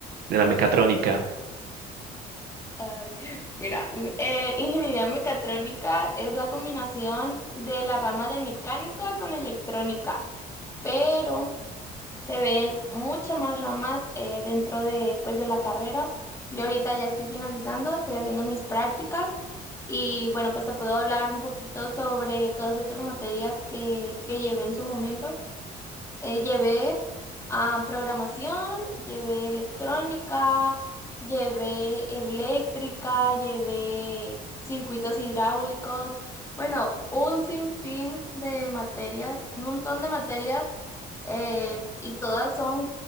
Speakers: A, on the right (about 70°); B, on the left (about 15°).
A: de la mecatrónica
B: Ay, mira, m- eh, ingeniería mecatrónica es la combinación de la rama de mecánica con electrónica, pero se ven muchas más ramas eh, dentro de, pues, de la carrera. Yo ahorita ya estoy finalizando, estoy haciendo mis prácticas y bueno, pues te puedo hablar un poquito sobre todas estas materias que, que llevé en su momento. Eh, llevé Ah, programación, llevé electrónica, llevé eléctrica, llevé circuitos hidráulicos, bueno, un sinfín de materias, un montón de materias eh, y todas son